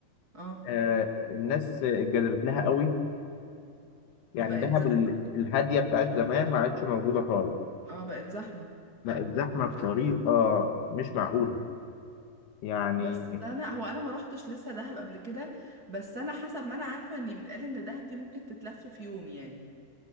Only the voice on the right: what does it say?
اه
بقت
زحمة
اه بقت زحمة
بس أنا هو أنا ما روحتش لسه دهب قبل كده بس أنا حسب ما أنا عارفة إن بيتقال إن دهب دي ممكن تتلف في يوم يعني